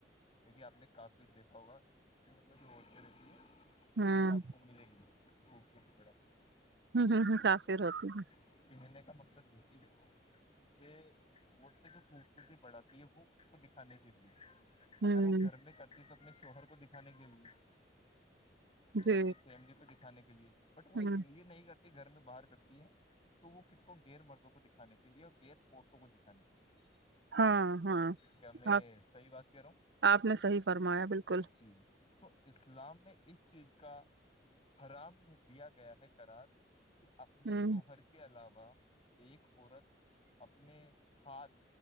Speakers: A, on the left (about 30°); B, on the right (about 75°).
A: دیکھیے آپ نے کاشو دیکھا ہوگا <unintelligible> میں جو عورتیں رہتی ہیں
B: ہ ہ
A: وہی آپ کو ملیں گی خوبصورتی پڑ <unintelligible>
B: ہوں ہوں ہ کافریر ہوتی ہیں <unintelligible>
A: پ منے کا مقصد یہی دیکھو <unintelligible> کہ وہ جو خوبصورتی بڑھاتی ہے وہ اس کو دکھانے کے لیے
B: ہوں
A: اگر وہ گھر میں کرتی تو اپنے شوہر کو دکھانے کے لیے
B: جی
A: یا اپنی فیملی کو دکھانے کے لیے بٹ وہ
B: ہوں
A: یہ نہیں کرتی گھر میں باہر کرتی ہے تو وہ کس کو گغیر مردوں کو دکھانے کے لیے اور گغیر عورتوں کو دکھانے کے لیے <unintelligible>
B: ہاں ہاں
A: کیا میں
B: آپ
A: صحیح بات کہہ رہا ہوں
B: آپ نے صحیح فرمایا بالکل
A: جی تو <unintelligible> اسلام میں اس چیز کا حرام دیا گیا ہے کررار <unintelligible> کہ اپنے
B: ہوں
A: شوہر کے کے علاوہ ایک عورت اپنے ہاتھ